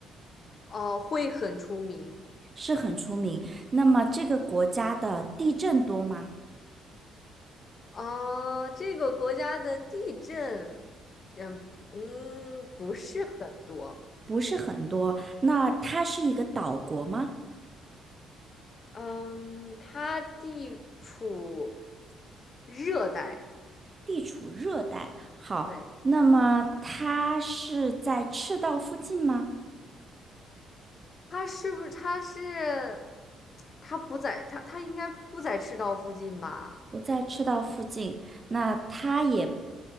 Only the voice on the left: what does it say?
哦、会很出名，
哦、这个国家的地震，嗯嗯，不是很多，
嗯，它地处热带。
对，
他是不是他是他不在他他应该不在赤道附近吧？